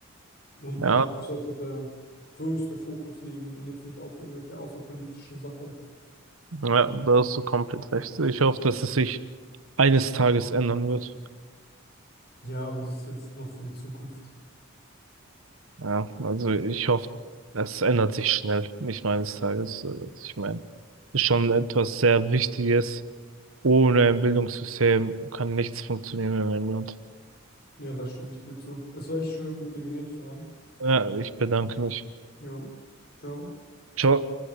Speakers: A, on the left; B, on the right.
A: Und
B: Ja,
A: darauf sollte der größte Fokus liegen und jetzt nicht auf irgendwelche außerpolitischen Sachen.
B: ja, da hast du komplett recht. Ich hoffe, dass es sich eines Tages ändern wird.
A: Ja, aber das ist jetzt noch für die Zukunft.
B: Ja, also ich hoffe, es ändert sich schnell, nicht nur eines Tages. So, Ich meine, ist schon etwas sehr Wichtiges. Ohne ein Bildungssystem kann nichts funktionieren in einem Land.
A: Ja, da stimme ich dir zu. Es war echt schön, mit dir geredet zu haben.
B: Ja, ich bedanke mich.
A: Jo, ciao.
B: Ciao.